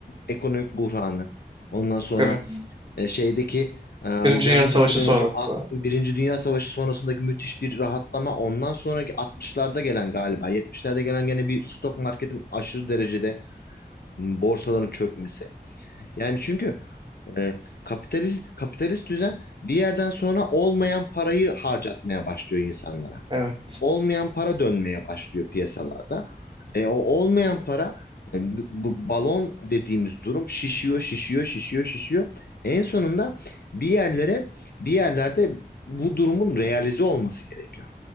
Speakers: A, on the left (about 75°); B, on the right (about 30°).
A: ekonomik buhranı. Ondan sonra
B: Evet.
A: e, şeydeki e,
B: Birinci
A: yanlış
B: Dünya Savaşı
A: hatırlamıyorsam
B: sonrası.
A: alt- Birinci Dünya Savaşı sonrasındaki müthiş bir rahatlama. Ondan sonraki 60'larda gelen galiba 70'lerde gelen gene bir stok marketin aşırı derecede m, borsaların çökmesi. Yani çünkü e, kapitalist kapitalist düzen bir yerden sonra olmayan parayı harcatmaya başlıyor insanlara.
B: Evet.
A: olmayan para dönmeye başlıyor piyasalarda. E, o olmayan para e, bu bu balon dediğimiz durum şişiyor, şişiyor, şişiyor, şişiyor. En sonunda bir yerlere, bir yerlerde bu durumun realize olması gerekiyor.